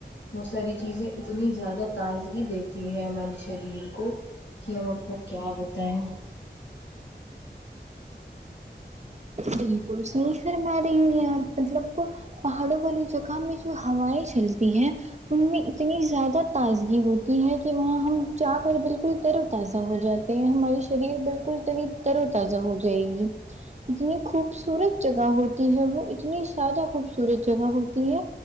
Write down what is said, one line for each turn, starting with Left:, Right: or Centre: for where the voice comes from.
Left: بہت ساری چیزیں اتنی زیادہ تاز گی دیتی ہے ہمارے شریر کو کہ ہم آپ کو کیا بتائیں
Right: بالکل صحیح فرما رہی ہیں آپ مطلب کہ پہاڑوں والی جگہ میں جو ہوائیں چلتی ہیں ان میں اتنی زیادہ تازگی ہوتی ہے کہ وہاں ہم جا کر بالکل تر و تازہ ہو جات تے ہماری شریر بالکل تری ترو تازہ ہو جائے گی اتنی خوبصورت جگہ ہوتی ہے وہ اتنی ذیادہ خوبصورت جگہ ہوتی ہے